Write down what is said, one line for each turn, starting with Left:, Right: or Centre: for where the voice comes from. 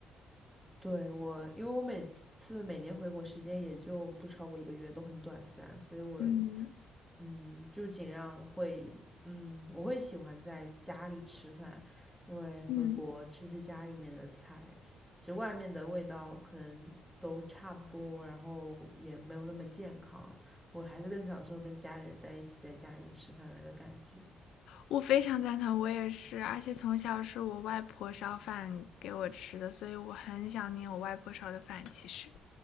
Centre: 对，我，因为我每次每年回国时间也就不超过一个月，都很短暂，所以我
Left: 嗯
Centre: 嗯，就尽量会，嗯，我会喜欢在家里吃饭，因为回国吃吃家里面的菜，
Left: 嗯。
Centre: 其实外面的味道可能都差不多，然后也没有那么健康。我还是更享受跟家人在一起在家里面吃饭的那个感觉。
Left: 我非常赞同，我也是，而且从小是我外婆烧饭给我吃的，所以我很想念我外婆烧的饭。其实，